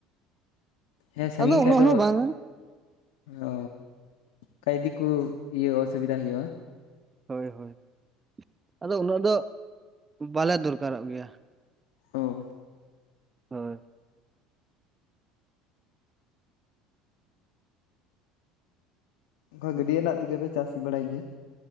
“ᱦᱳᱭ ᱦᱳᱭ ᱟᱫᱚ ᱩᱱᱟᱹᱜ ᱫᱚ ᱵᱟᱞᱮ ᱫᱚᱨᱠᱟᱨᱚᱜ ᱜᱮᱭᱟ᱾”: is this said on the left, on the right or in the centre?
Right